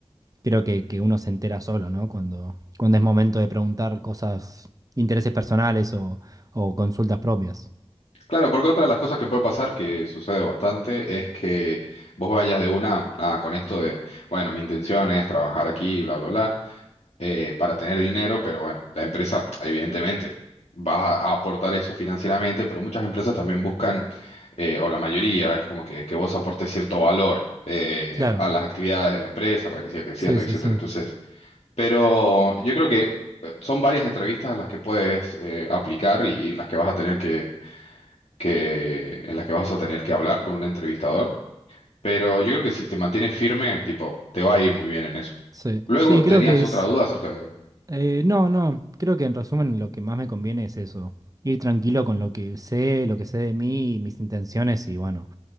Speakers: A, on the right; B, on the left.
A: creo que, que uno se entera solo, ¿no? Cuando, cuando es momento de preguntar cosas, intereses personales o, o consultas propias.
B: Claro, porque otra de las cosas que puede pasar, que sucede bastante, es que vos vayas de una, nada, con esto de, bueno, mi intención es trabajar aquí, bla, bla, bla, eh, para tener dinero, pero bueno, la empresa, evidentemente, va a aportar eso financieramente, pero muchas empresas también buscan, eh, o la mayoría, es como que, que vos aportes cierto valor eh,
A: Claro,
B: a las actividades de la empresa para que siga creciendo,
A: sí, sí,
B: etcétera.
A: sí.
B: Entonces, pero yo creo que eh, son varias entrevistas las que puedes eh, aplicar y y las que vas a tener que que, en las que vas a tener que hablar con un entrevistador, pero yo creo que si te mantienes firme, tipo, te va a ir muy bien en eso.
A: Sí,
B: Luego,
A: sí, creo
B: ¿tenías
A: que es...
B: otra duda acerca de...?
A: eh, no, no, creo que en resumen lo que más me conviene es eso, ir tranquilo con lo que sé, lo que sé de mí, mis intenciones y bueno,